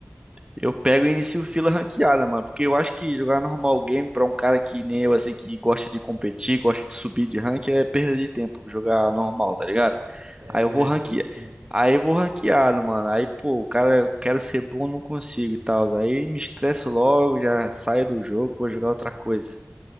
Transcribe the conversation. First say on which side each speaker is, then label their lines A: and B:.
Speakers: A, on the right; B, on the right.
A: Eu pego e inicio fila ranqueada, mano, porque eu acho que jogar normal game pra um cara que nem eu, assim, que gosta de competir, gosta de subir de rank, é perda de tempo jogar normal, tá ligado?
B: É,
A: Aí eu
B: é,
A: vou ranquear.
B: é perda de tempo.
A: Aí eu vou ranqueado, mano. Aí, pô, o cara, quero ser bom, não consigo e tal. Aí me estresso logo, já saio do jogo, vou jogar outra coisa.